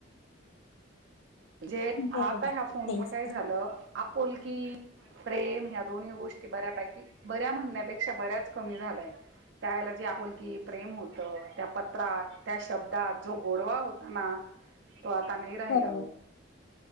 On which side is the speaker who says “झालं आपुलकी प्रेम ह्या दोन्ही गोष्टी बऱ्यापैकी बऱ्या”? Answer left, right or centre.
Right